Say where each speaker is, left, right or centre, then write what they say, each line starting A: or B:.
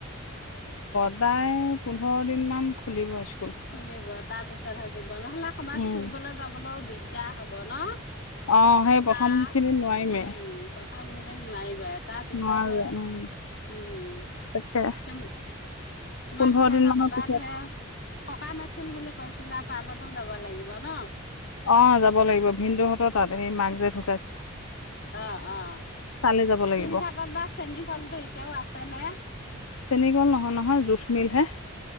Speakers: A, on the left (about 85°); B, on the left (about 50°).
A: সদায় পোন্ধৰ দিন মান খুলিব স্ক
B: খুলিব তাৰ পিছতহে দিব নহলে ক'ৰবাত
A: উম
B: ফুৰিবলৈ যাবলৈও দিগদাৰ হব ন
A: অ সেই
B: এটা
A: প্ৰথম খিনি নোৱাৰিমে
B: উম প্ৰথম কেইদিন নোৱাৰিবা এটাৰ পিছতহে
A: নোৱাৰোৱে উম
B: উম
A: তাকে
B: তুম তোমালোকে
A: পোন্ধৰ দিন
B: যে
A: মানৰ
B: কবাত
A: পিছত
B: হে সকাম আাছিল বুলি কৈছিলা তালতো যাব লাগিব ন
A: অ যাব লাগিব ভিনদুহঁতৰ তাত সেই মাক যে ধু
B: আহ আহ
A: তালৈ যাব
B: শিলঘাটত
A: লাগিব
B: বা চেনী কলতটো এতিয়াও আছে নে
A: চেনী গল নহয় নহয় জোঠমিলহে